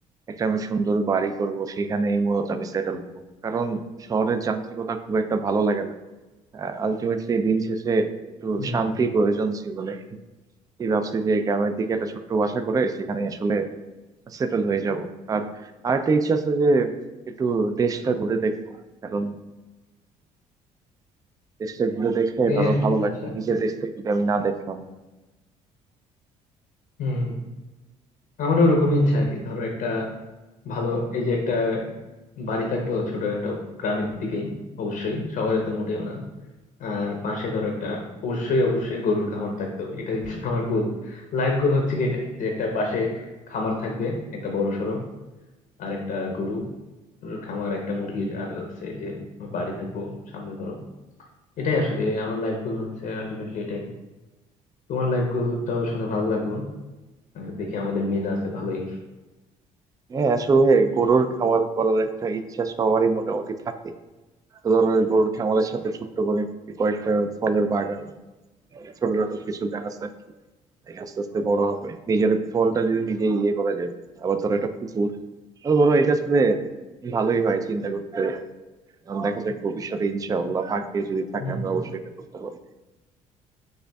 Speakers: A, on the right; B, on the left.
A: একটা আমি সুন্দর বাড়ি করব সেখানেই মূলত আমি সেটেল হব কারণ শহরের যান্ত্রিকতা খুব একটা ভালো লাগে না আলটিমেটলি দিন শেষে একটু
B: হম
A: শান্তি
B: হম
A: প্রয়োজন জীবনে এই ভাবছি যে গ্রামের দিকে একটা ছোট্ট বাসা করে সেখানে আসলে সেটেল হয়ে যাব আর আরেকটা ইচ্ছা আছে যে একটু দেশটা ঘুরে দেখবো কারণ দেশটা ঘুরে দেখলে
B: এই
A: তারও
B: আর কি
A: ভালো লাগবে
B: আচ্ছা
A: নিজের দেশটা যদি আমি না দেখলাম
B: হম হম। আমারও ওরকমই ইচ্ছা আর কি ধরো একটা ভালো এই যে একটা বাড়ি থাকলেও ছোটখাটো গ্রামের দিকেই অবশ্যই শহরে তো মোটেও না আর পাশে ধরো একটা অবশ্যই অবশ্যই গরুর খামার থাকতো এটা হচ্ছে আমার গোল লাইফ গোল হচ্ছে কি এটাই যে একটা পাশে খামার থাকবে একটা বড় সড়ো আর একটা গরু খামার একটা মুরগির আর হচ্ছে এই যে আমার বাড়ি থাকবো সামনে ধরো এটাই আসলে আমার লাইফ গোল হচ্ছে আলটিমেটলি এটাই তোমার লাইফ গোলটাও শুনে ভালো লাগলো আর দেখি আমাদের মিল আছে ভালোই
A: হ্যাঁ আসলে গরুর খামার করার একটা ইচ্ছা সবারই মোটামুটি থাকে তো ধরো গরুর খামারের সাথে ছোট্ট করে কয়েকটা ফলের বাগান ছোটখাটো কিছু গাছ আর কি এই আস্তে আস্তে বড় হবে নিজের ফলটা যদি নিজে ইয়ে করা যায় আবার ধরো এটা পুকুর তো ধরো এটা আসলে ভালোই হয় চিন্তা করতে আহ দেখা যাক ভবিষ্যতে ইনশাআল্লাহ ভাগ্যে যদি থাকে
B: হম
A: আমরা
B: হম
A: অবশ্যই এটা করতে পারবো